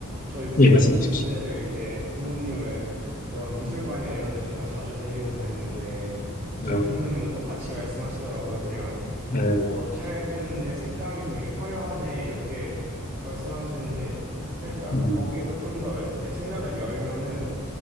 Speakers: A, on the right; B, on the left.
A: 저희 부모님들을
B: 예, 말씀해 주십시오.
A: 이제 부모님을 그런 미술관이나 이런 데 제가 자주 데리고 다니는데 저희
B: 아,
A: 부모님도 똑같이 말씀하시더라고요. 그냥
B: 네,
A: 뭐 잘 그렸네. 색감이 되게 화려하네. 이렇게 말씀하시는데 살짝
B: 음,
A: 거기에서 좀 더 이렇게 생각을 열면은